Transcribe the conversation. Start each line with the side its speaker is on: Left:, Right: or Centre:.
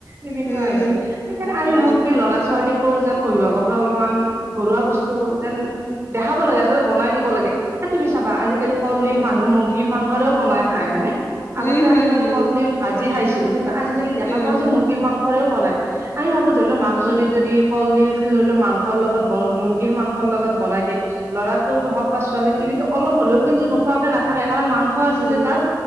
Right: তেনেকুৱা
Left: উম,
Right: হৈছে সেইকাৰণে আমি
Left: উম,
Right: ভাবো কি ল'ৰা ছোৱালী- যেন অভিভাৱকে অলপমান ঘৰুৱা বস্তু যেন দেখাব লাগে আচলতে বনাই দিব লাগে। এ তুমি চাবা আজিকালি কলডিল
Left: উম,
Right: মানুহ মুৰ্গীৰ মাংসৰেও বনাই খায় হয়নে? আগতে
Left: উম, হুম,
Right: আমি বাৰু
Left: হুম,
Right: কলডিল- ভাজি খাইছিলো কিন্তু আজিকালি দেখা
Left: উম,
Right: পাও যে মুৰ্গীৰ মাংসৰেও বনাই আমি ভাবো ধৰি লও মানুহজনী যদি- কলডিলটো ধৰি লও মাংসৰ লগত মুৰ্গীৰ মাংসৰ লগত বনাই দিয়ে ল'ৰাটো হওক বা ছোৱালীটো- কিন্তু অলপ হলেও কিন্তু নোখোৱাকে নাথাকে কাৰণ মাংস- আছে
Left: উম, উম,
Right: যে তাত,